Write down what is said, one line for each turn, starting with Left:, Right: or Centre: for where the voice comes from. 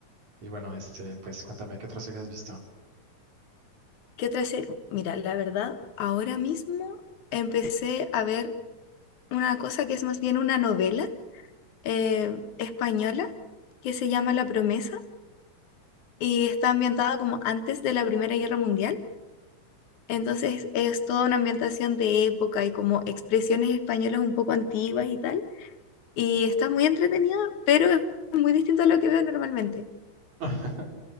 Right: Y bueno, este, pues cuéntame qué otra serie has visto.
Left: ¿Qué otra se- Mira, la verdad, ahora mismo empecé a ver una cosa que es más bien una novela eh, española que se llama La Promesa y está ambientada como antes de la Primera Guerra Mundial. Entonces es toda una ambientación de época y como expresiones españolas un poco antiguas y tal. Y está muy entretenida, pero es muy distinto a lo que veo normalmente.
Right: <laughs>